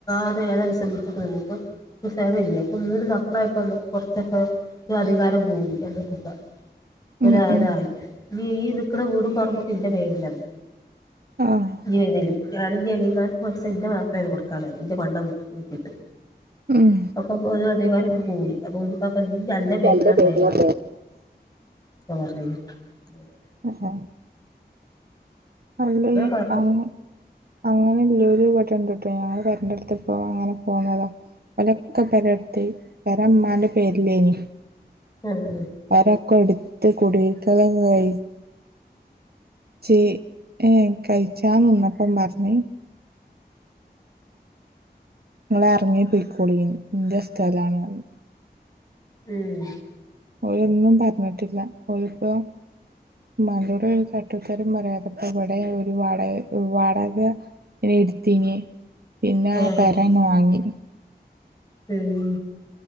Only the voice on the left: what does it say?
അതേ ഞാന് ശ്രധിച്ചക്കെ നിന്ന് ഇപ്പൊ ക്ഷെ അതില്ലേ അപ്പൊ മൂന്ന് മക്കളായപ്പോ നമുക്ക് കുറച്ചൊക്കെ <unintelligible> അധികാരം കൂടി ഞങ്ങക്കിപ്പ <unintelligible>
ഇന്ന് ഈ നിക്കണ വീടും പറമ്പൊക്കെ എന്റെ പേരിലാണ്
ഇനി <unintelligible> ഞാനും ഇനി എളേമാർക്ക് <unintelligible> എന്റെ മാപ്പെളേന് കൊടുക്കാള്ളത് എന്റെ പണ്ടം വിറ്റി വിറ്റിട്ട്
അപ്പം അപ്പൊ അതും അധികാരം കൂടി അതുകൊണ്ട് ഉപ്പാക്ക് നല്ലഎൻ്റെ പേരില്
തരാം പ്പ പറഞ്ഞത് അങ്ങനെ
അങ്ങനെ
പറഞ്ഞു
<unintelligible>
ഉം
ആഹ്
മ്ഹ്